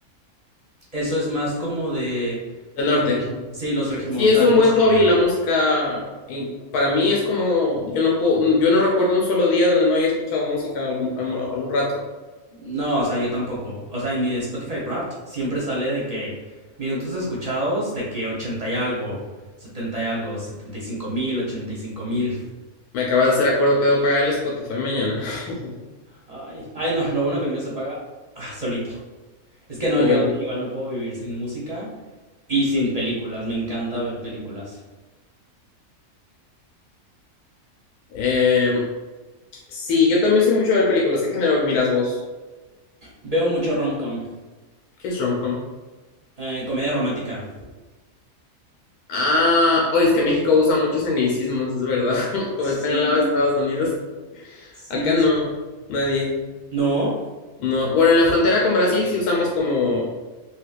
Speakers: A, on the right (about 40°); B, on the left (about 85°).
A: Eso es más como de
B: Del
A: los,
B: norte.
A: regio- sí, los regiomontanos
B: Sí, es un buen hobby
A: que...
B: la música. y para mí es como, yo no puedo, yo no recuerdo un solo día donde no haya escuchado música algún, algún, algún rato.
A: No, o sea, yo tampoco. O sea, en mi Spotify Wrapped siempre sale de que minutos escuchados, de que 80 y algo, 70 y algo, setenta y cinco mil, ochenta y cinco mil.
B: Me acabas de hacer acuerdo que debo pagar el Spotify mañana. <laughs>
A: Ay, ay, no, lo bueno que el mío se paga ah, solito. Es que no,
B: Qué bueno.
A: yo igual no puedo vivir sin música y sin películas. Me encanta ver películas.
B: Eh, sí, yo también soy mucho de ver películas. ¿Qué género miras vos?
A: Veo mucho rom-com,
B: ¿Qué es romcom?
A: eh, comedia romántica.
B: Ah, oye, es que México usa muchos anglicismos, es verdad. <laughs>
A: Sí,
B: Como están al lado de Estados Unidos.
A: sí.
B: Acá no,
A: sí.
B: nadie.
A: ¿No?
B: No. Bueno, en la frontera con Brasil sí usamos como